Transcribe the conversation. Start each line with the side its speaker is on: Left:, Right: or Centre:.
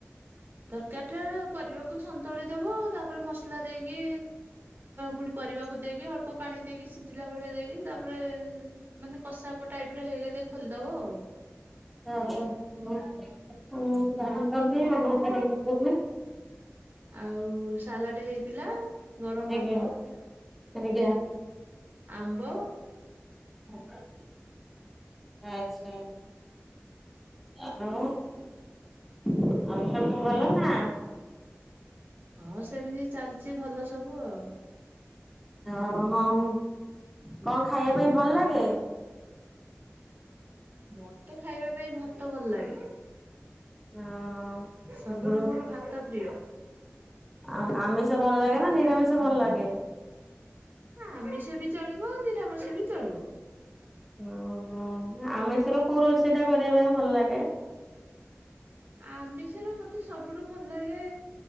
Right: ଁ ତରକାରୀଟା ପରିବାକୁ ସନ୍ତୁଳି ଦେବ ତାପରେ ମସଲା ଦେଇକି ପୁଣି ପରିବାକୁ ଦେଇକି ଅଳ୍ପ ପାଣି ଦେଇକି ସିଝିଲା ଭଳିଆ ଦେଇକି ତାପରେ ମାନେ କଷାପ ଟାଇପର ହେଇଗଲେ ଖୋଲିଦବ ଆଉ
Centre: ହଁ ହଁ ହଁ। ହଁ ମୁଁ ତ ଜାଣିଛନ୍ତି ପୁଅକୁ ନେଇନଥିଲି।
Right: ଆଉ ସାଲାଟ ହେଇଥିଲା, ଗରମ,
Centre: ଆଜ୍ଞା
Right: ଭାତ।
Centre: ଆଜ୍ଞା।
Right: ଆମ୍ବ।
Centre: <unintelligible> ଆଚ୍ଛା। ଆଉ ଆଉ ସବୁ ଭଲ ନା।
Right: ହଁ ସେମିତି ଚାଲିଚି ଭଲ ସବୁ ଆଉ।
Centre: ଆଉ ଆଉଁ କଁ ଖାଇଆ ପାଇଁ ଭଲ ଲାଗେ?
Right: ମତେ ଖାଇବା ପାଇଁ ଭାତ ଭଲ ଲାଗେ।
Centre: ୟ ହଁ
Right: ସବୁଠୁ
Centre: ଉଁ ବୁଁ
Right: ମୋର ଭାତ ପ୍ରିୟ
Centre: ଆଉଁ ଆମିଷ ଭଲ ଲାଗେ ନା ନିରାମିଷ ଭଲ ଲାଗେ।
Right: ଆମିଷ ବି ଚଳିବ ନିରାମିଷ ବି ଚଳିବ।
Centre: ୟୋଁ ହୋଁ ଆମେଷର କୋଉ ରୋଷେଇଟା କରିବା ପାଇଁ ଭଲ ଲାଗେ।
Right: ଆମିଷର ମତେ ସବୁଠୁ ଭଲ ଲାଗେ